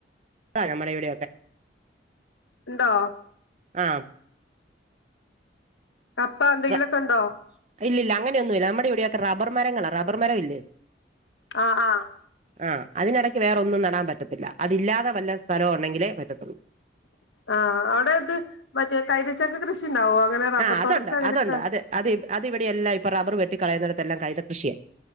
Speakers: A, on the right (about 40°); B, on the left (about 85°).
A: <unintelligible> നമ്മടെ ഇവിടെയൊക്കെ
B: ഇണ്ടോ
A: ആ
B: കപ്പ എന്തെങ്കിലുമൊക്കെ
A: <unintelligible>
B: ഉണ്ടോ
A: ഇല്ലില്ല അങ്ങനെ ഒന്നും ഇല്ല നമ്മടെ ഇവിടെയൊക്കെ റബ്ബർ മരങ്ങളാ റബ്ബർ മരം ഇല്ലേ
B: ആ ആ
A: ആ അതിനഇടക്ക് വേറൊന്നും നടാൻ പറ്റത്തില്ല അതില്ലാതെ വല്ല സ്ഥലം ഉണ്ടെങ്കിലേ പ <inaudible>
B: ആ ആ അവിടെ ഇത് മറ്റെ കൈതച്ചക്ക കൃഷി ഉണ്ടാവോ അങ്ങനെ റബ്ബർ
A: ആ അതൊണ്ട്
B: തോട്ടത്തിൽ അങ്ങനെയൊക്കെ
A: അതൊണ്ടു അത്അത് ഇവിടെയെല്ലാം റബ്ബർ വെട്ടി കളയുന്നിടത്തെല്ലാം കൈതകൃഷിയാ